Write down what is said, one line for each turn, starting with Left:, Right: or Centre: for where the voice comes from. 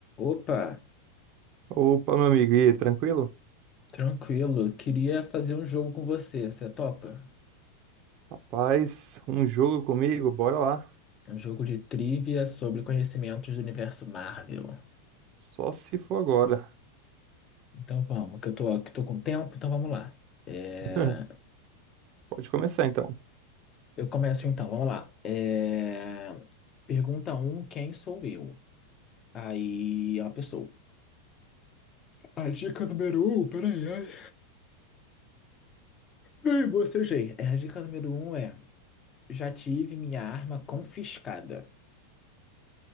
Left: Opa,
Right: Opa, meu amigo, e aí, tranquilo?
Left: tranquilo. Queria fazer um jogo com você. Você é topa?
Right: Rapaz, um jogo comigo, bora lá.
Left: Um jogo de trivia sobre conhecimentos do universo Marvel.
Right: Só se for agora.
Left: Então vamos, que eu tô, que tô com tempo, então vamos lá. É,
Right: <laughs> Pode começar então.
Left: Eu começo então, vamos lá. É, Pergunta um: quem sou eu? Aí é uma pessoa. A dica número 1, peraí, ai. Ai, bocejei. É, A dica número 1 é: já tive minha arma confiscada.